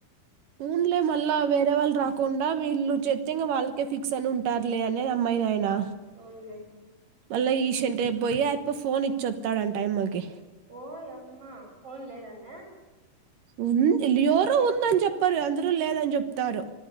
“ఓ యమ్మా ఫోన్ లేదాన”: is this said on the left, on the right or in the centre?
Right